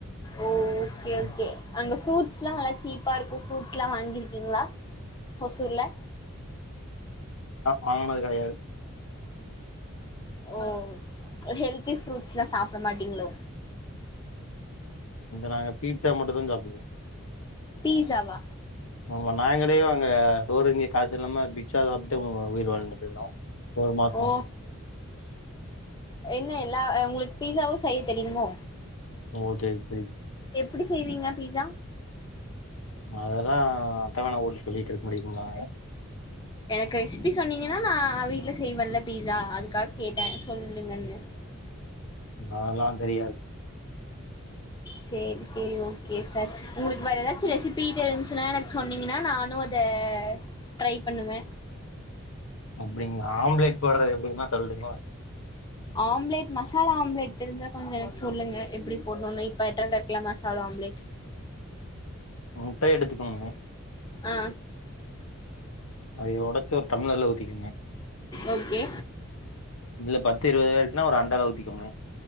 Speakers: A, on the left; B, on the left.
A: ஓ ஓகே ஓகே அங்க ஃப்ரூட்ஸ் எல்லா நல்லா சீப்பா இருக்கு ஃரூட்ஸ் எல்லாம் வாங்கிருக்கீங்களா ஓசூர்ல
B: வாங்கனது கிடையாது
A: ஓ ஹெல்தி ஃப்ரூட்ஸ் எல்லா சாப்பிட மாட்டீங்களோ
B: நாங்க பீட்சா மட்டு தா சாத்துடுவோ
A: பிஸாவா
B: ஆமா நாங்களே அங்க சோறுதிங்க காசு இல்லாம பிஸா ட்டு வீடு வாழ்ந்துட்டு இருந்தோ ஒரு மாசோம்
A: ஓ எல்லா உங்களுக்கு பீஸாவு செய்ய தெரியுமோ
B: ஓகே த
A: எப்படி செய்வீங்க பீஸா
B: அதெல்லாம் தவானா போட்டு சொல்லிட்டு இருக்க முடியுங்களா
A: எனக்கு ரெசிபி சொன்னீங்கன்னா நா வீட்டு்ல செய்வேன்ல பீஸா அதுக்காக கேட்டே சொல்லுங்கன்னு
B: அதலா தெரியாது
A: சேரி சேரி ஓகே சார் உங்களுக்கு வேற எதாச்சு ரெசிபி தெரிஞ்சுசுன்னா எனக்கு சொன்னீங்கனா நானு அத ட்ரை பண்ணுவ
B: அப்டிங்ளா ஆம்லேட் போடுறது எப்டினா சொல்ட்டுங்ளா
A: ஆம்லேட் மசாலா ஆம்லேட் தெரிஞ்சா கொஞ்சோ எனக்கு சொல்லுங்க எப்டி போடணுனு இப்ப ட்ரெண்ட்ல இருக்கல மசாலா ஆம்லேட்
B: முட்டை எடுத்துக்கோங்க
A: ஆ
B: அதைய ஒடச்சு ஒரு டம்ளர்ல ஊத்திக்கங்க
A: ஓகே
B: இதுல பத்து இருவது பேரு னா ஒரு அண்டாள ஊத்திக்கோங்க